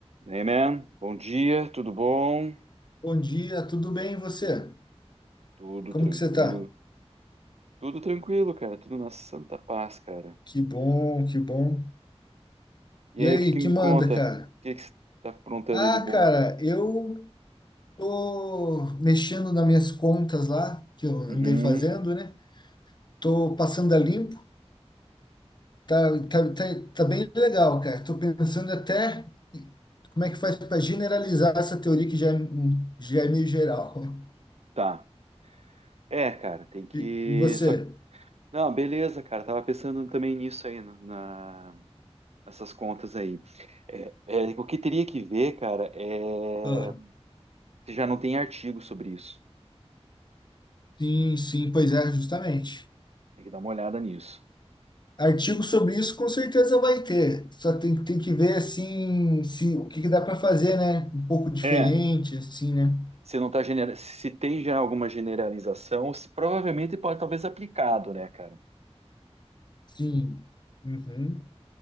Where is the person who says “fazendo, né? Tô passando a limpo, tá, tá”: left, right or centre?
Left